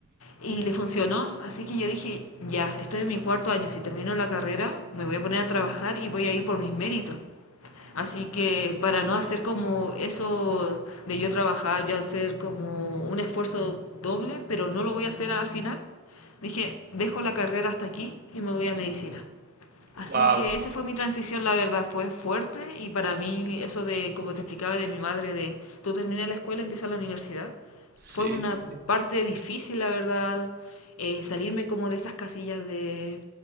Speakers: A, on the left; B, on the right.
A: y le funcionó. Así que yo dije, ya, estoy en mi cuarto año. Si termino la carrera, me voy a poner a trabajar y voy a ir por mis méritos. Así que para no hacer como eso de yo trabajar, ya hacer como un esfuerzo doble, pero no lo voy a hacer al final, dije, dejo la carrera hasta aquí y me voy a medicina. Así
B: Wow.
A: que esa fue mi transición, la verdad, fue fuerte y para mí eso de, como te explicaba de mi madre, de tú terminas la escuela, empiezas la universidad,
B: Sí,
A: fue una
B: sí, sí.
A: parte difícil, la verdad, eh, salirme como de esas casillas de